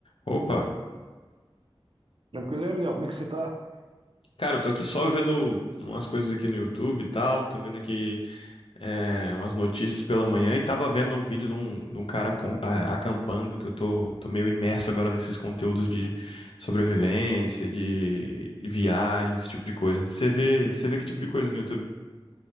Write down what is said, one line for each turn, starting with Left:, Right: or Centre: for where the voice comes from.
Left: Opa,
Right: Tranquilo e aí, Miguel? Como é que você tá?
Left: cara, eu tô aqui só vendo umas coisas aqui no YouTube e tal, tô vendo aqui eh, umas notícias pela manhã e tava vendo um vídeo de um, de um cara acom- a- acampando, que eu tô, tô meio imerso agora nesses conteúdos de sobrevivência, de viagem, esse tipo de coisa. Você vê, você vê que tipo de coisa no YouTube?